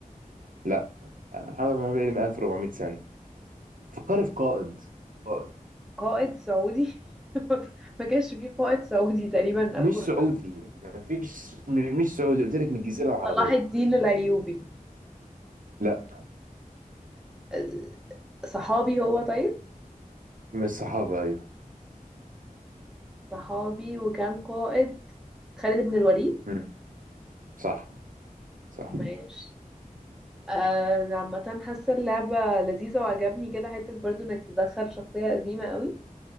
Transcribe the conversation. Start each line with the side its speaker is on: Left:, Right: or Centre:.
Right: لا محمد عبده بيقل من 1400 سنه فكري في قائد قائد
Centre: قائد سعودي <laughs> ما كانش فيه قائد سعودي تقريبا
Right: مش
Centre: 1400
Right: سعودي مفيش م- مش سعودي قلت لك من الجزيرة العربية
Centre: صلاح الدين الأيوبي
Right: لا
Centre: آه، صحابي هو طيب
Right: من الصحابة أيوه
Centre: صحابي وكان قائد خالد بن الوليد
Right: مم. صح صح
Centre: ماشي آه، عامة حاسة اللعبة لذيذة وعجبني كده حتة برضو انك تدخل شخصية قديمة قوي